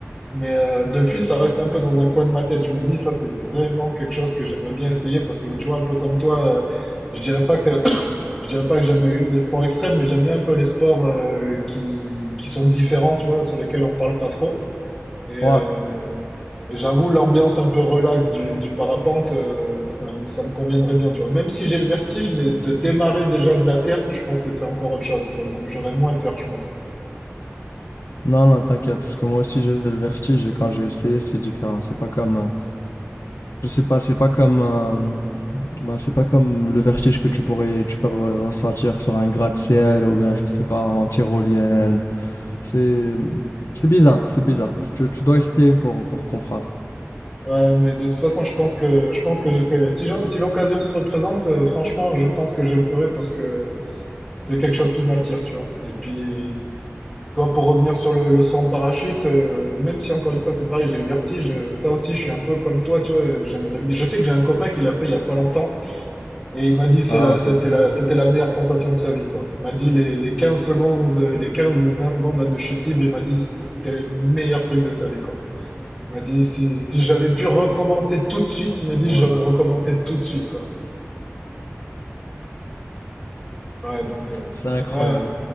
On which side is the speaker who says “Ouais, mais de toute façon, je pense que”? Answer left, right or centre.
Centre